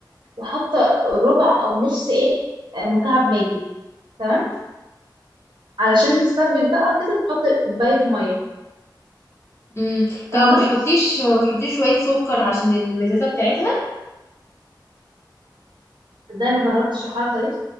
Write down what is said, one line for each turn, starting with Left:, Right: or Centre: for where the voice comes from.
Right: وحاطه ربع او نص ايه آه، مكعب ماجي تمام علشان بتسبك بقى كده بحط كوبايه ميه
Left: امم طب
Right: فاهمه
Left: ما بتحطيش ما بتحطيش شوية سكر عشان المزازة بتاعتها
Right: ازاي ما جربتش الحركه دي